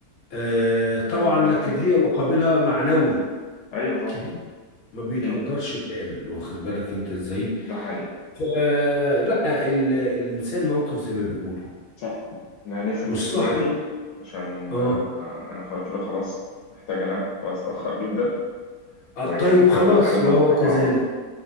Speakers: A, on the left; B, on the left.
A: آه، طبعا
B: يعني
A: لكن
B: في ال...
A: هي مقابلها معنوي
B: أيوة طبعا
A: كبير ما بيتقدرش
B: أكيد
A: بمال واخد بالك انت ازاي
B: ده حقيقي
A: فلا الانسان موقف زي ما بيقولوا
B: صح احنا هنقفل
A: والصاحب
B: بس دلوقتي عشان
A: اه
B: آه، أنا خلاص كده خلاص محتاج أنام وقت اتأخر جدا
A: آه،
B: ونكمل
A: طيب خلاص
B: كلامنا
A: وهو
B: بكرة
A: كذلك
B: بقى على طول